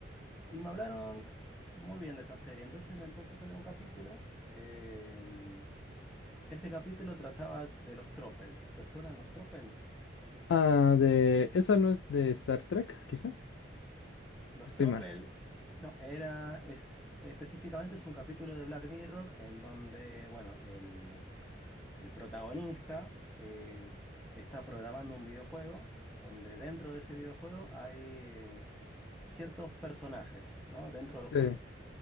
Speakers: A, in the centre; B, on the left.
A: y me hablaron muy bien de esa serie, entonces me puse a ver un capítulo. em, ese capítulo trataba de los tropel. ¿Te suenan los tropel?
B: Ah, de... ¿Esa no es de Star Trek, quizá?
A: Los
B: Estoy
A: Tropel,
B: mal.
A: no, era es, específicamente es un capítulo de Black Mirror en donde, bueno, el, el protagonista eh, está programando un videojuego donde dentro de ese videojuego hay s- ciertos personajes, ¿no? Dentro del
B: Sí.
A: juego.